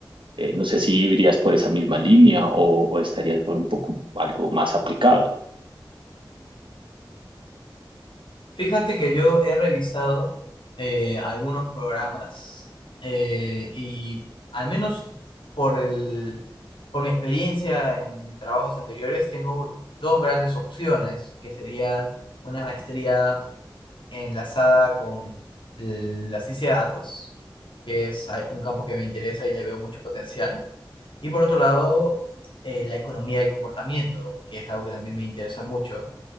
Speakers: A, on the right (about 75°); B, on the left (about 80°).
A: Eh, no sé si irías por esa misma línea o, o estarías por un poco algo más aplicado.
B: Fíjate que yo he revisado eh, algunos programas eh, y al menos por el, por mi experiencia en trabajos anteriores, tengo dos grandes opciones, que serían una maestría enlazada con el- la ciencia de datos, que es ah, un campo que me interesa y le veo mucho potencial. Y por otro lado, eh, la economía del comportamiento, que es algo que también me interesa mucho.